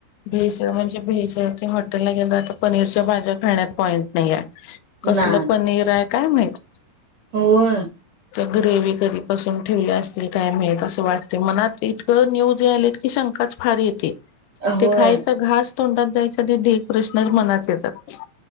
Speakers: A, on the left; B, on the right.
A: भेसड म्हणजे भेसळ... ते हॉटेलला गेला तर पनीरच्या भाज्या खाण्यात पॉईंट नाई ए. कसलं
B: ना
A: पनीर ए काय माहित?
B: होय.
A: त्या ग्रेवी कधीपासून ठेवल्या असतील काय माहीत... असं वाटते मनात... इतकं न्यूज यालेत की शंकाच फार येती.
B: होय
A: ते खायचा घास तोंडात जायचा... ते प्रश्नच मनात येतात.